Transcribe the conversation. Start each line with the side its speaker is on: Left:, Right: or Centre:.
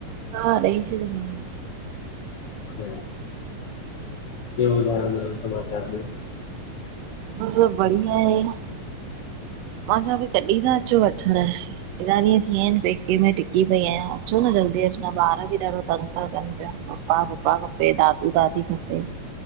Right: हा ॾई छॾयो मांन।
Left: ॿियो ॿुधायो नयो समचार ॿियो!
Right: बस बढ़िया आहे। मा चवां पई कॾहिं ता अचो वठणु? हेॾा ॾींहं थी विया आहिन पेके में टिकी पई आहियां। अचो न जल्दी अॼुकल ॿार बि ॾाढो तंग था कन पिया, पपा पप्पा खपे दादू दादी खपे।